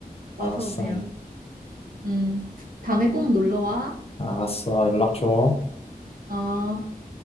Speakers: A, on the right; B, on the left.
A: 와서
B: 알았어.
A: 그냥 음 다음에 꼭 놀러 와.
B: 알았어. 연락 줘.
A: 어.